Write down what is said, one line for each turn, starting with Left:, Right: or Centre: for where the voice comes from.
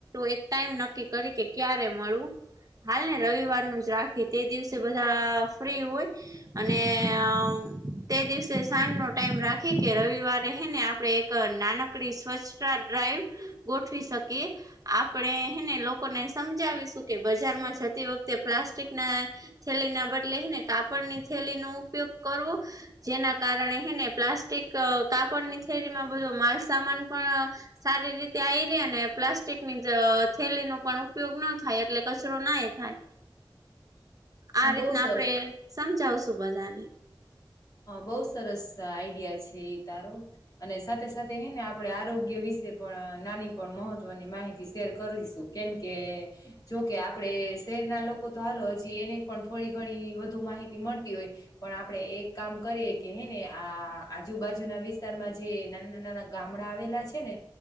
Right: એક ટાઈમ નક્કી કરી કે ક્યારે મળું હાલ ને રવિવારનું જ રાખી તે દિવસે બધા ફ્રી હોય અને અ તે દિવસે સાંજ નો ટાઈમ રાખી કે રવિવાર રે હે ને આ આપણે એક નાનકડી સ્વચ્છતા ડ્રાઈવ ગોઠવી શકીએ આપણે હેને લોકોને સમજાવીશું કે બજારમાં જતી વખતે પ્લાસ્ટિક ના થેલી ના બદલેને કાપડ ની થેલી નો ઉપયોગ કરવો જેના કારણે હે ને પ્લાસ્ટિક કાપડની થેરીમાં બધો માલસામાન પણ સારી રીતે આવી રે ને પ્લાસ્ટિક ની થેલીનો પણ ઉપયોગ ન થાય એટલે કચરો નાય હા
Left: <inaudible>
Right: આ
Left: બહુ
Right: રીતના
Left: સરસ
Right: આપણેે સમજાવશું બધાને
Left: હા બહુ સરસ આઈડિયા છે એ તારો અને સાથે સાથે હે ને આપડે આરોગ્ય વિશે પણ નાની પણ મહત્વની માહિતી શેર કરીશ કેમ કે જોકે આપડે શહેરના લોકો તો હાલો હજી એને પણ થોડી ઘણી વધુ માહિતી મળતી હોય પણ આપણેે એક કામ કરીએ કે હે ને આ આજુબાજુના વિસ્તારમાં જે નાના નાના ગામડા આવેલા છે ને